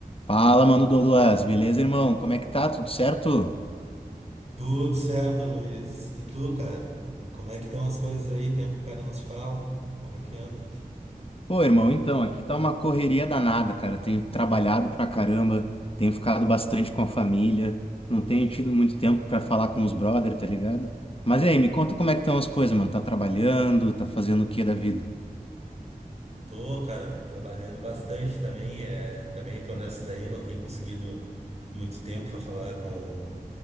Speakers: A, on the left (about 40°); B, on the right (about 45°).
A: Fala, mano Douglas, beleza, irmão? Como é que tá? Tudo certo?
B: Tudo certo, Luiz. E tu, cara? Como é que estão as coisas aí? Tempo que o cara não se fala. Como é que anda?
A: Pô, irmão, então, aqui tá uma correria danada, cara. Tenho trabalhado pra caramba, tenho ficado bastante com a família, não tenho tido muito tempo pra falar com os brother, tá ligado? Mas e aí, me conta como é que estão as coisas, mano. Tá trabalhando, tá fazendo o que da vida?
B: Tô, cara, tô trabalhando bastante também. É, também tô nessa daí, não tenho conseguido muito tempo para falar com,